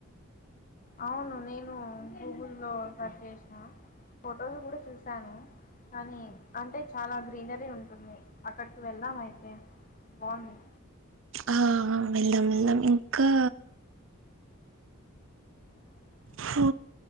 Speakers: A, on the left; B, on the right.
A: అవును నేను గూగుల్లో సర్చ్ చేసిన ఫొటోలు కూడా చూసాను. కానీ అంటే చాలా గ్రీనరీ ఉంటుంది అక్కడికి వెళ్దాం అయితే బాగుంది
B: ఆ వెళ్దాం వెళ్దాం ఇంకా
A: అ
B: సో